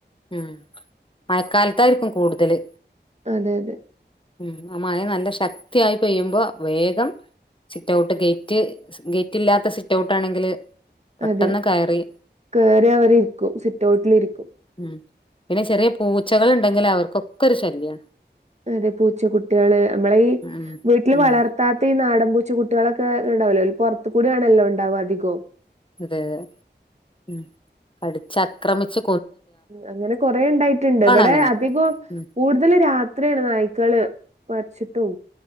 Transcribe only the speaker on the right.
അതെ അതെ
അതെ
കേറി അവരിക്കും സിറ്റ് ഔട്ടിലിരിക്കും
അതെ പൂച്ചകുട്ടികള് നമ്മള ഈ
വീട്ടിൽ
വളർത്താത്ത ഈ നാടൻ പൂച്ചക്കുട്ടി കുട്ടികളൊക്കെ ഉണ്ടാവല്ലോ പുറത്ത് കൂടെ ആണല്ലോ ഉണ്ടാവും അധികവും
അങ്ങനെ കൊറെ ഉണ്ടായിട്ടുണ്ട് ഇവിടെ
അധികം
കൂടുതൽ രാത്രിയാണ് നായ്ക്കള് കുരച്ച് ട്ടും